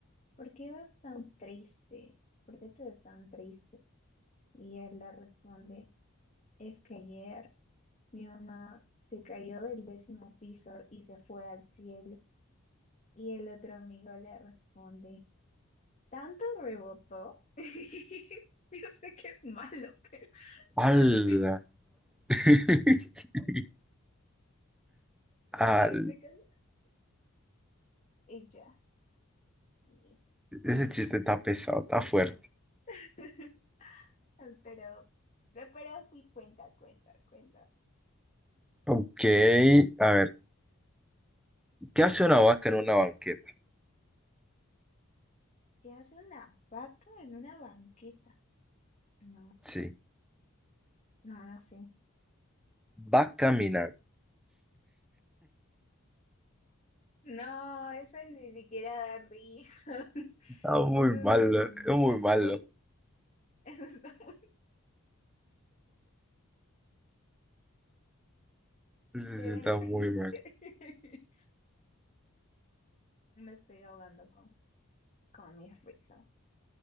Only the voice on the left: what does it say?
¿por qué vas tan triste? ¿Por qué te ves tan triste? Y él le responde, es que ayer mi mamá se cayó del décimo piso y se fue al cielo. Y el otro amigo le responde, Tanto rebotó. <laughs> Yo sé que es malo, pero
a mí me...
eh,
se casó. Ella. <laughs> sí.
<laughs> Pero, pero sí cuenta, cuenta, cuenta.
¿Qué hace una vaca en una banqueta? No,
no lo sé.
No, eso ni siquiera da risa. <laughs>
Eso es
muy mal.
<laughs> Eso está muy
Literalmente
<laughs> me estoy ahogando con, con mis risas.